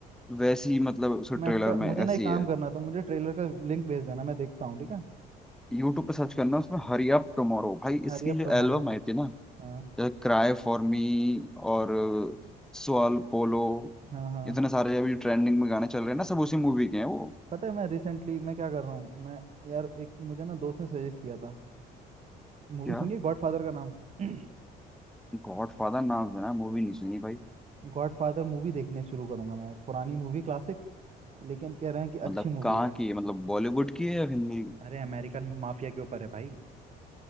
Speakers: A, in the centre; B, on the right.
A: वैसी ही मतलब उसके
B: मैं
A: ट्रेलर
B: इसका मुझे
A: में ऐसी
B: ना एक काम
A: है
B: करना तो मुझे ट्रेलर का लिंक भेज देना मैं देखता हूँ ठीक है
A: यूट्यूब पे सर्च करना उसमें हरी अप टुमारो भाई
B: Hurry
A: इसकी
B: up
A: जो
B: tomorrow
A: एल्बम आई थी ना
B: हाँ
A: जैसे क्राई फॉर मी और सवाल पोलो
B: हाँ हाँ
A: इतने सारे अभी ट्रेंडिंग में गाने चल रहे हैं ना सब उसी मूवी के हैं वो
B: पता है मैं रिसेंटली मैं क्या कर रहा हूँ मैं यार एक मुझे ना दोस्त ने सजेस्ट किया था मूवी
A: क्या
B: सुनिए गॉडफादर का नाम <clears throat>
A: गॉड फादर नाम सुना है मूवी नहीं सुनी भाई
B: गॉडफादर मूवी देखने शुरू करूंगा मैं यार पुरानी मूवी क्लासिक लेकिन कह रहे हैं कि
A: मतलब
B: अच्छी मूवी
A: कहाँ
B: है
A: की है मतलब बॉलीवुड की है या हिंदी
B: अरे अमेरिकन माफिया के ऊपर है भाई